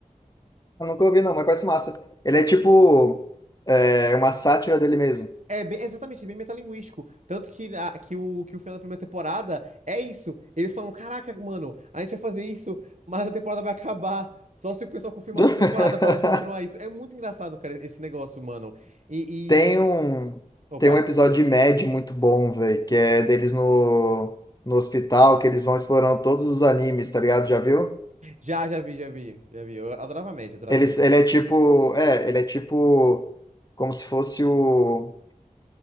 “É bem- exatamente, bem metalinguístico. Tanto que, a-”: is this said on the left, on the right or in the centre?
Right